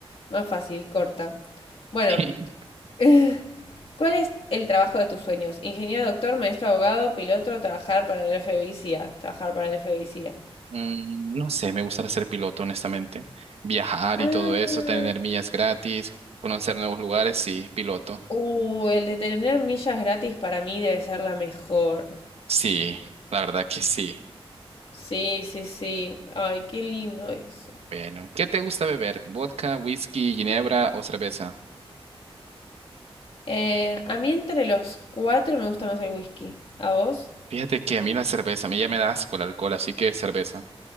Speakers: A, on the left; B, on the right.
A: Más fácil, corta. Bueno,
B: <laughs>
A: <laughs> ¿cuál es el trabajo de tus sueños? Ingeniero, doctor, maestro, abogado, piloto, trabajar para el FBI, CIA. Trabajar para el FBI, CIA.
B: Mm, no sé, me gustaría ser piloto, honestamente. Viajar
A: Ah.
B: y todo eso, tener millas gratis, conocer nuevos lugares, sí, piloto.
A: Uh, el de tener millas gratis para mí debe ser la mejor.
B: Sí, la verdad que sí.
A: Sí, sí, sí. Ay, qué lindo eso.
B: Bueno, ¿qué te gusta beber? ¿Vodka, whisky, ginebra o cerveza?
A: Eh, a mí entre los cuatro me gusta más el whisky. ¿A vos?
B: Fíjate que a mí la cerveza, a mí ya me da asco el alcohol, así que cerveza.